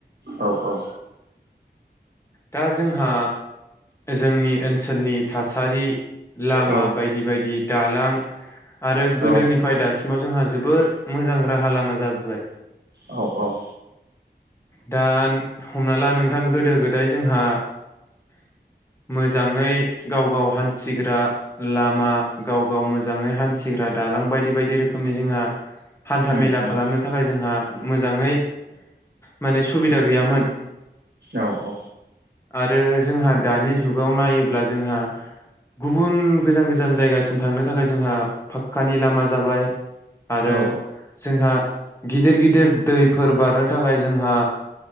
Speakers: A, on the right; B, on the left.
A: औ औ
B: दा जोंहा जोंनि ओनसोलनि थासारि लामा
A: औ
B: बायदि बायदि दालां आरो गोदोनिफ्राय
A: औ
B: दासिमाव जोंहा जोबोर मोजां राहा लामा जाबोबाय
A: औ औ
B: दा हमना ला नोंथां गोदो-गोदाय जोंहा मोजाङै गाव गाव हान्थिग्रा लामा गाव गाव मोजाङै हान्थिग्रा दालां बायदि-बायदि रोखोमनि जोंहा हान्था
A: उम
B: मेला
A: उम
B: खालामनो थाखाय जोंहा मोजाङै माने सुबिदा गैयामोन
A: औ औ
B: आरो जोंहा दानि जुगाव नायोब्ला जोंहा गुबुन गोजान-गोजान जायगासिम थांनो थाखाय जोंहा फाक्कानि लामा जाबाय आरो
A: औ
B: जोंहा गिदिर-गिदिर दैफोर बारनो थाखाय जोंहा